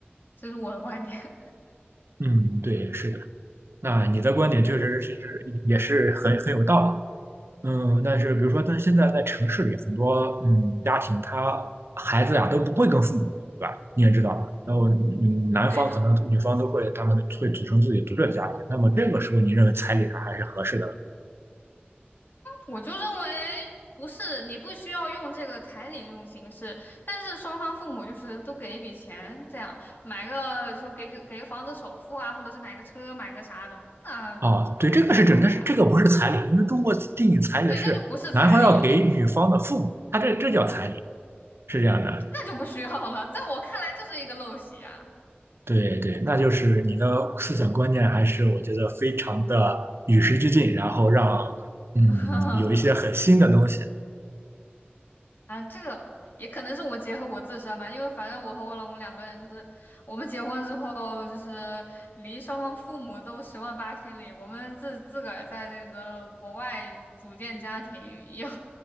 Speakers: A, on the left; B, on the right.
A: 这是我的观点。<laughs>
B: 嗯，对，是的。那你的观点确实是是也是很很有道理。嗯，但是比如说，但现在在城市里，很多嗯家庭，他孩子呀都不会跟父母住，对吧？你也知道，然后嗯，男方可能女方都会，
A: 对的。
B: 他们会组成自己独立的家庭。那么这个时候，你认为彩礼它还是合适的？
A: 我就认为不是，你不需要用这个彩礼这种形式，但是双方父母就是都给一笔钱，这样买个就给个给个房子首付啊，或者是买个车买个啥的，那
B: 啊，对，这个是准，
A: 就好了呀。
B: 但是这个不是彩礼，因为中国定义彩礼是男方要给女方的父母，
A: 对，这就不是彩礼了，
B: 他这这叫彩礼，是这样的。
A: 那就不需要了。在我看来，就是一个陋习啊。
B: 对对，那就是你的思想观念还是我觉得非常的与时俱进，然后让嗯
A: <laughs>
B: 有一些很新的东西。
A: 啊，这个也可能是我结合我自身吧，因为反正我和我老公两个人就是，我们结婚之后就是离双方父母都十万八千里，我们自自个儿在这个国外组建家庭也，<laughs> 这